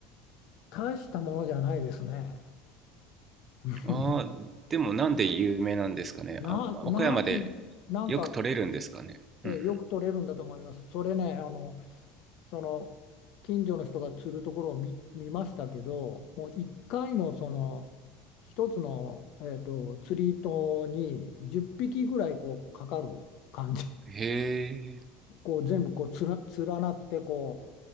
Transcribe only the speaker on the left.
大したものじゃないですね <laughs>
な、
なん、
なんか、
ええよく取れるんだと思いますそれねあの
その近所の人が釣るところを見、見ましたけどもう1回のその一つの、えっと、釣り糸に10匹ぐらいこうかかる感じ
こう全部こうつら、連なってこ